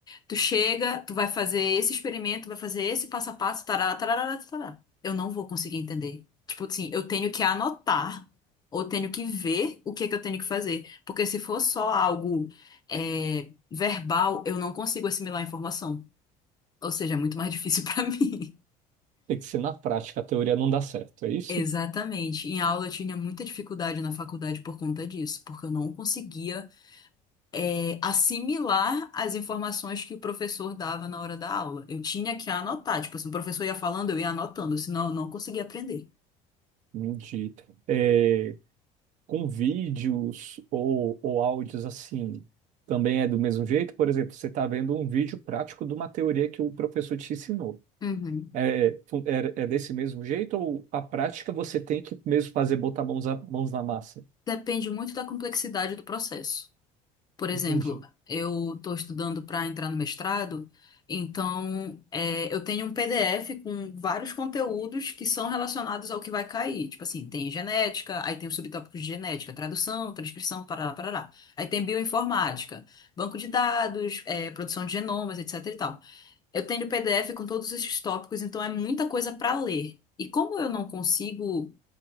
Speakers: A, on the left; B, on the right.
A: Tu chega, tu vai fazer esse experimento, vai fazer esse passo a passo, tarará, tarará, tarará eu não vou conseguir entender. Tipo assim, eu tenho que anotar ou tenho que ver o que é que eu tenho que fazer. Porque se for só algo é, verbal, eu não consigo assimilar a informação. Ou seja, é muito mais difícil <laughs> pra mim.
B: Tem que ser na prática, a teoria não dá certo, é isso?
A: Exatamente. Em aula eu tinha muita dificuldade na faculdade por conta disso, porque eu não conseguia é, assimilar as informações que o professor dava na hora da aula. Eu tinha que anotar. Tipo, se o professor ia falando, eu ia anotando, senão eu não conseguia aprender.
B: De, é, com vídeos ou, ou áudios assim, também é do mesmo jeito? Por exemplo, você está vendo um vídeo prático de uma teoria que o professor te ensinou.
A: Uhum.
B: É, fu- é, é desse mesmo jeito ou a prática você tem que mesmo fazer botar mãos, a- mãos na massa?
A: Depende muito da complexidade do processo. Por exemplo,
B: Entendi.
A: eu estou estudando para entrar no mestrado, então é, eu tenho um PDF com vários conteúdos que são relacionados ao que vai cair. Tipo assim, tem genética, aí tem os subtópicos de genética, tradução, transcrição, parará, parará. Aí tem bioinformática, banco de dados, é, produção de genomas, etc e tal. Eu tenho PDF com todos esses tópicos, então é muita coisa para ler. E como eu não consigo